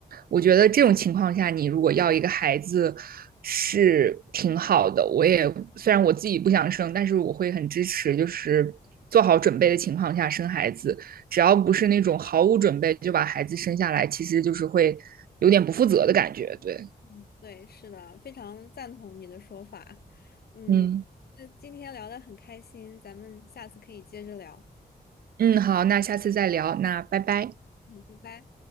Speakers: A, on the right; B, on the left.
A: 我觉得这种情况下，你如果要一个孩子是挺好的。我也虽然我自己不想生，但是我会很支持，就是做好准备的情况下生孩子，只要不是那种毫无准备就把孩子生下来，其实就是会有点不负责的感觉。对，
B: 嗯，对，是的，非常赞同你的说法。嗯，
A: 嗯
B: 那今天聊得很开心，咱们下次可以接着聊。
A: 嗯，好，那下次再聊，那拜拜。
B: 嗯，拜拜。